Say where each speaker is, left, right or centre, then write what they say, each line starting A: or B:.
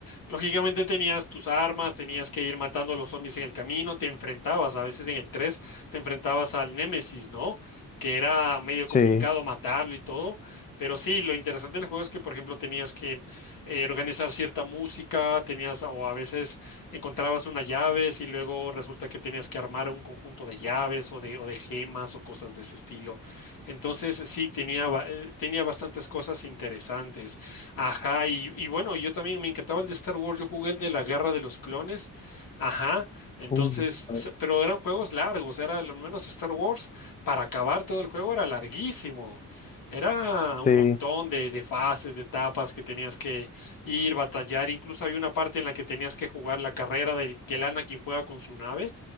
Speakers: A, on the left; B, on the left.
A: lógicamente tenías tus armas, tenías que ir matando a los zombies en el camino, te enfrentabas, a veces en el 3, te enfrentabas al Némesis, ¿no? Que era medio
B: Sí,
A: complicado matarlo y todo, pero sí, lo interesante del juego es que, por ejemplo, tenías que eh, organizar cierta música, tenías, o a veces encontrabas unas llaves y luego resulta que tenías que armar un conjunto de llaves o de, o de gemas o cosas de ese estilo. Entonces, sí, tenía, ba- eh, tenía bastantes cosas interesantes. Ajá, y, y bueno, yo también me encantaba el de Star Wars, yo jugué el de la Guerra de los Clones, ajá, entonces,
B: Uh, ah,
A: se- pero eran juegos largos, era al menos Star Wars, para acabar todo el juego era larguísimo, era un
B: sí,
A: montón de, de fases, de etapas que tenías que ir, batallar, incluso había una parte en la que tenías que jugar la carrera del que el Anakin juega con su nave,